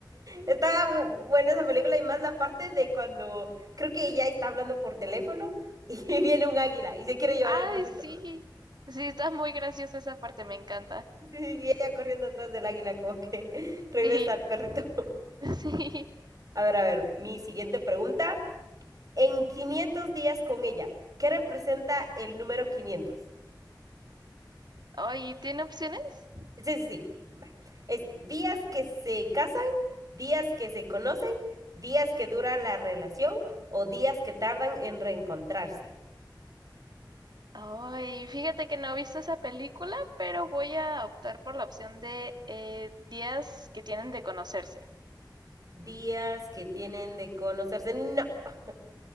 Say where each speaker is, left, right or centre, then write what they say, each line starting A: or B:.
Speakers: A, on the right; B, on the right.
A: Está bu- buena esa película y más la parte de cuando creo que ella está hablando por teléfono y <laughs> viene un águila y se quiere llevar
B: Ay,
A: al perrito.
B: sí. Sí, está muy graciosa esa parte, me encanta.
A: Sí, y ella corriendo atrás del águila, como que <laughs> regresa
B: Sí,
A: al perrito. <laughs>
B: <laughs> sí.
A: A ver, a ver, mi siguiente pregunta. En 500 días con ella, ¿qué representa el número 500?
B: Ay, ¿tiene opciones?
A: Sí, sí, sí. va. Es días que se casan, días que se conocen, días que dura la relación o días que tardan en reencontrarse.
B: Ay, fíjate que no he visto esa película, pero voy a optar por la opción de eh, días que tienen de conocerse.
A: Días que tienen de conocerse. No. <laughs>